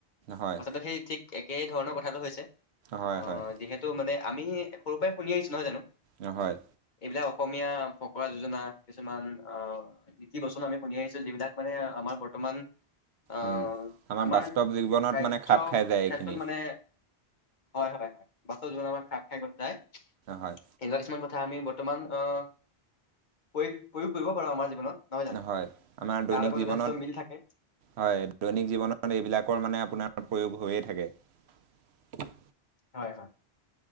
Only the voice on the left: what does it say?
কথাটো সেই ঠিক একেই ধৰণৰ কথাটো হৈছে।
অহ
যিহেতু মানে। আমি সৰুৰ পৰাই শুনি আহিছো নহয় জানো।
এ অসমীয়া ফকৰা যোজনা। কিছুমান অ। কি কি বচন আমি শুনি আহিছো, যিবিলাক মানে আমাৰ বৰ্তমান। অহ
আমাৰ
কাৰ্য
ক্ষেত্ৰত মানে হয় হয় হয় <unintelligible> খাপ খাই যায়
এনেকুৱা কিছুমান কথা। ত আমি বৰ্তমান অহ প্ৰয়োগ প্ৰয়োগ কৰিব পাৰো আমাৰ জীৱনত। নহয় জানো
তাৰ লগ লগত
যথেষ্ট মিল থাকে।
হয় হয়।